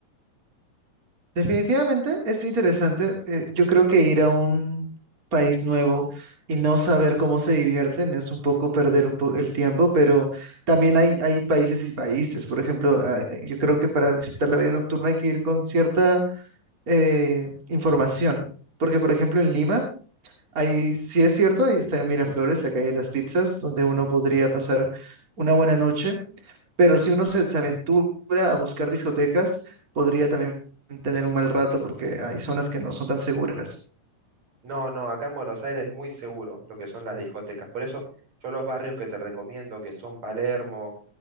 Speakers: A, on the right; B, on the right.
A: Definitivamente es interesante. eh, yo creo que ir a un país nuevo y no saber cómo se divierten es un poco perder un po- el tiempo, pero también hay, hay países y países. Por ejemplo, ah, yo creo que para disfrutar la vida nocturna hay que ir con cierta eh, información, porque por ejemplo en Lima, ahí sí es cierto, ahí está Miraflores, la calle de las pizzas, donde uno podría pasar una buena noche pero si uno se, se aventura a buscar discotecas, podría también tener un mal rato porque hay zonas que no son tan seguras.
B: No, no, acá en Buenos Aires es muy seguro lo que son las discotecas. Por eso yo los barrios que te recomiendo, que son Palermo,